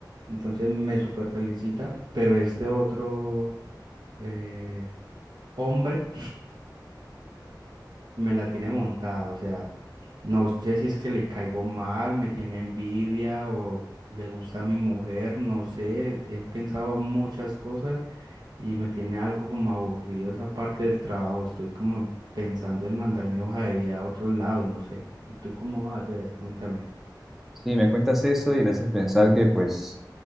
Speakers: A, on the right (about 65°); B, in the centre.
A: entonces me súper felicita, pero este otro eh, hombre me la tiene montada, o sea, no sé si es que le caigo mal, me tiene envidia o le gusta a mi mujer, no sé, he pensado muchas cosas y me tiene algo como aburrido esa parte del trabajo, estoy como pensando en mandar mi hoja de vida a otros lados, no sé. ¿Y tú cómo vas a hacer? Cuéntame.
B: Sí, me cuentas eso y me haces pensar que pues